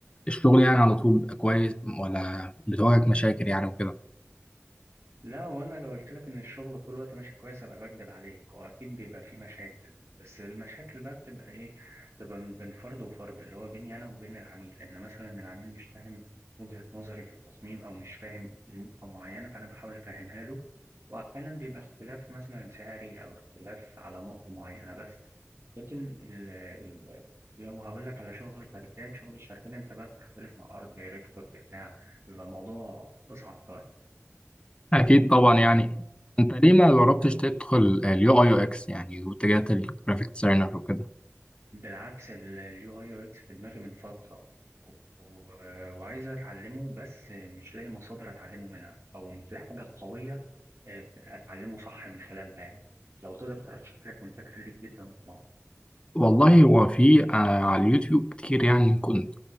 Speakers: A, on the left; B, on the right.
A: الشغل يعني على طول بيبقى كويس ولا بتواجهك مشاكل يعني وكده
B: لا وانا لو قلت لك ان الشغل طول الوقت ماشي كويس ابقى بكدب عليك واكيد بيبقى فيه مشاكل بس المشاكل بقى بتبقى ايه بتبقى من- بين فرد وفرد اللي هو بيني انا وبين العميل ان مثلا العميل مش فاهم وجهة نظري في التصميم او مش فاهم نقطة معينة فانا بحاول افهمها له واحيانا بيبقى اختلاف مثلا سعري او اختلاف على نقطة معينة بس لكن ال ال لو هقول لك على شغل الشركات شغل الشركات انت بقى بتختلف مع ارت دايركتور بتاع بيبقى الموضوع اصعب شوية
A: اكيد طبعا يعني انت ليه ما جربتش تدخل اليو اي يو اكس يعني واتجهت للجرافيك ديزاينر وكده
B: بالعكس اليو اي يو اكس في دماغي من فترة و- وعايز اتعلمه بس مش لاقي مصادر اتعلمه منها او مش لاقي حاجة قوية آه، اتعلمه صح من خلالها يعني لو تقدر ترشح لي كنت فاكر ليك جدا طبعا
A: والله هو في آه، على اليوتيوب كتير يعني كنت